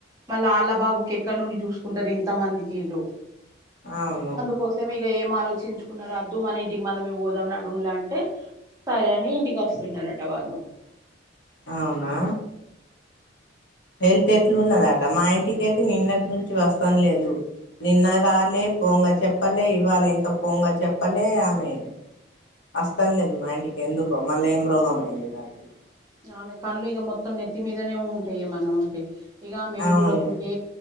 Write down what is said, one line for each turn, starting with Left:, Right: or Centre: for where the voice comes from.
Right: మళ్ళా ఆళ్లబాబుకి ఎక్కడ నుండి చూసుకుంటారు ఇంత మందికి ఈళ్ళు
Left: అవును
Right: కోసం ఇక ఏం ఆలోచించుకున్నారో అద్దు మన ఇంటికి మనమే పోదాం నడువుల్లి అంటే సరే అని ఇంటికి వస్తున్నారట వాళ్ళు
Left: అవునా హెల్త్ ఎట్లున్నదట మా ఇంటికి అయితే నిన్నటి నుంచి వస్తాన లేదు నిన్న రాలే పోంగ చెప్పలే ఇవ్వాల ఇంకా పోంగ చెప్పలే ఆమె అస్తని లేదు మా ఇంటికి ఎందుకో మళ్ళా ఏం రోగం అయిందో దానికి
Right: ఆమె కళ్ళు ఇగ మొత్తం నెత్తి మీదనే ఉంటాయి ఏమన్నా ఉంటె ఇక మేం
Left: అవును
Right: చూడకుంటే